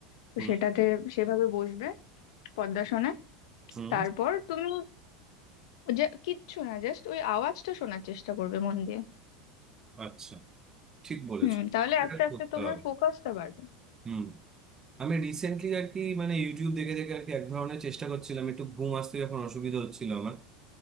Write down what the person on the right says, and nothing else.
হুম
হুম
আচ্ছা ঠিক বলেছো
এটা
করতে
হবে
হুম আমি রিসেন্টলি আর কি মানে ইউটিউব দেখে দেখে আর কি এক ধরনের চেষ্টা করছিলাম একটু ঘুম আসতে যখন অসুবিধা হচ্ছিল আমার